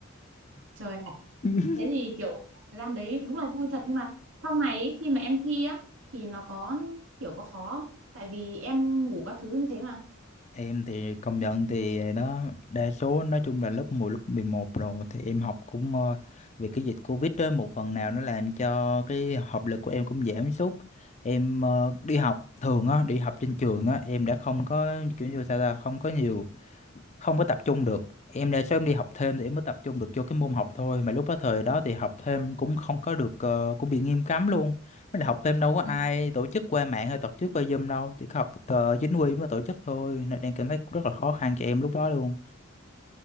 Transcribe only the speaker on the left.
<laughs>
em thì công nhận thì đó đa số nói chung là lớp 10, lớp 11 rồi thì em học cũng ờ, vì cái dịch Covid đó một phần nào nó làm cho cái học lực của em cũng giảm sút em ờ, đi học thường á đi học trên trường á em đã không có kiểu như sao ta không có nhiều không có tập trung được em đa số em đi học thêm thì em mới tập trung được cho cái môn học thôi mà lúc đó thời đó thì học thêm cũng không có được ờ, cũng bị nghiêm cấm luôn mới là học thêm đâu có ai
tổ chức qua mạng hay tổ chức qua Zoom đâu chỉ có học ờ, chính quy mới tổ chức thôi nên em cảm thấy rất là khó khăn cho em lúc đó luôn